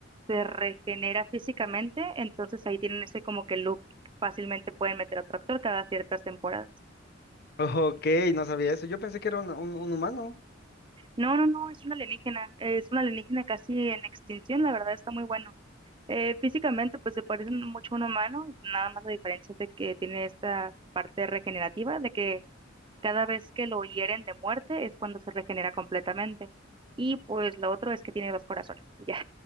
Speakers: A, on the right; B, on the left.
A: se regenera físicamente, entonces ahí tienen ese como que loop, fácilmente pueden meter a otro actor cada ciertas temporadas.
B: Ok, no sabía eso. Yo pensé que era un, un- un humano.
A: No, no, no, es una alienígena, es una alienígena casi en extinción, la verdad está muy bueno. Eh, físicamente, pues se parece mucho a un humano, nada más la diferencia es de que tiene esta parte regenerativa, de que cada vez que lo hieren de muerte es cuando se regenera completamente. Y pues lo otro es que tiene dos corazones, <laughs> ya.